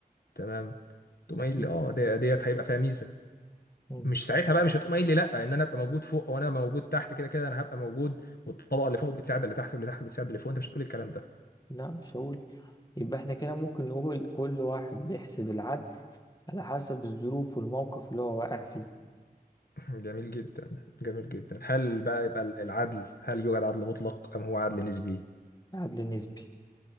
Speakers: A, on the left; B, on the left.
A: تمام تقوم
B: أكيد
A: قايل لي اه دي- ديت هيبقى فيها ميزه
B: مم.
A: مش ساعتها بقى مش هتقوم قايل لي لا ان انا ابقى موجود فوق او انا أبقى موجود تحت كده كده انا هبقى موجود والطبقه اللي فوق بتساعد اللي تحت واللي تحت بتساعد اللي فوق انت مش هتقول الكلام ده
B: لا مش هقول يبقى احنا كده ممكن نقول كل واحد بيحسب العدل على حسب الظروف والموقف اللي هو واقع فيه
A: <laughs> جميل جدا جميل جدا هل بقى يبقى العدل هل يوجد عدل مطلق ام هو عدل نسبي
B: عدل نسبي